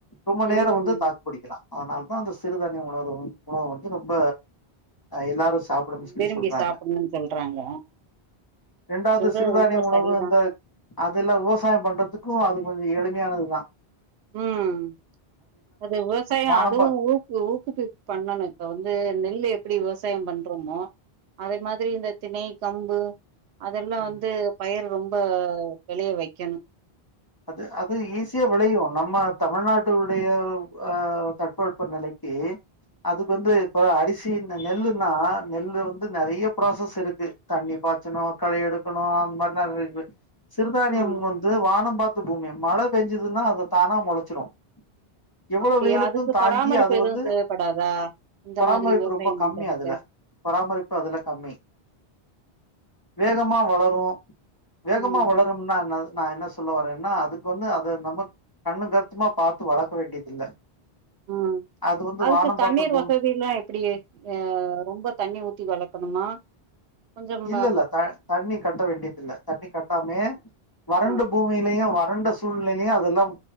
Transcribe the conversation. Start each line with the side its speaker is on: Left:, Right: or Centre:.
Left: ரொம்ப நேரம்
Right: ம்
Left: வந்து தாக்கு பிடிக்கலாம் அதனாலதான் அந்த சிறுதானிய உணவு உணவு வந்து ரொம்ப எல்லாரும் சாப்பிடும்னு சொல்லி
Right: விரும்பி
Left: சொல்றாங்க
Right: சாப்புட்ணுன் சொல்றாங்க
Left: இண்டாவது
Right: சொல்றது
Left: சிறுதானிய
Right: ரொம்ப
Left: உணவு
Right: சரிதா
Left: இந்த அதுல்லாம் விவசாயம் பண்றதுக்கும் அது கொஞ்சம் எழு ம்மையானதுதான்
Right: உம் அது விவசாயம்
Left: வானம்
Right: அதுவும் ஊக்கு ஊக்குப்பு பண்ணணும் இப்ப வந்து நெல்லு எப்படி விவசாயம் விவசாயம் பண்றோமோ அதே மாதிரி இந்த திணை கம்பு அதெல்லாம்
Left: பா
Right: வந்து பயர் ரொம்ப வெளைய வைக்கணும்
Left: அது அது ஈஸியா விளையும் நம்ம தமிழ்நாட்டுடைய அஹ் தட்ப வெப்ப நிலைக்கு அதுக்கு வந்து
Right: ம்
Left: இப்ப அரிச ச இந்த நெல்லுன்னா நெல்லு வந்து நிறைய ப்ராசஸ் இருக்கு தண்ணி பாய்ச்சணும் களை எடுக்கணும் அந்த மாதிரி நிறைய சிறுதானியம்
Right: ம்
Left: வந்து வானம் பார்த்த பூமி மழை பெஞ்சுதுன்னா அதை தானா முளைச்சிரும் எவ்வளவு
Right: அப்டியா
Left: வெயிலுக்கும்
Right: அதுக்கு
Left: தாங்கி
Right: பராமரிப்பு
Left: அது
Right: எதுவு
Left: வந்து
Right: தேவப்படாதா இந்த
Left: பராமரிப்பு
Right: மாதிரி விவசாயம்
Left: ரொம்ப
Right: பண்றதுக்கு
Left: கம்மி அதுல பராமரிப்பு அதுல கம்மி வேகமா வளரும் வேகமா
Right: ம்
Left: வளரும்னா என்ன நான் என்ன சொன்னேன் சொல்ல <inaudible> ஏன்னா அதுக்கு வந்து அதை நம்ப கண்ணு கருத்துமா பார்த்து வளக்க வேண்டியதில்ல
Right: உஹம்
Left: அது வந்து
Right: அதுக்கு
Left: வானம்
Right: தண்ணீர்
Left: பார்த்த பூமி
Right: வசதில்லாம் எப்டி அஹ் ரொம்ப தண்ணி ஊத்தி வளக்கணுமா கொஞ்சம்
Left: இல்லல்ல தண்ணி கட்ட வேண்டியதில்ல தண்ணி கட்டாமே வறண்ட
Right: ஆ
Left: பூமியிலயும் வ வறண்ட சூழ்நிலையிலையும் அதெலாம்